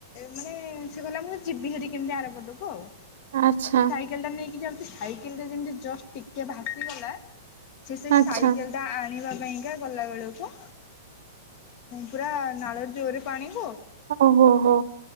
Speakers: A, on the left (about 35°); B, on the right (about 70°).
A: ମାନେ ସେ ଗଲା ମୁଁ ଯିବି ହେରି କେମିତି ଆରପଟକୁ ଆଉ।
B: ଆଚ୍ଛା।
A: କେଲଟା ନେଇକି ଯାଉଛି ସାଇକେଲ ଟା ଯେମିତି ଜଷ୍ଟ ଟିକେ ଭାସିଗଲା ସେ ସେଇ
B: ଆଚ୍ଛା
A: ସାଇକେଲ ଟା ଆଣିବା ପାଇଁକା ଗଲା ବେଳକୁ ପୁରା ନାଳର ଜୋରେ ପାଣିିକୁ
B: ଓ ହୋ ହୋ।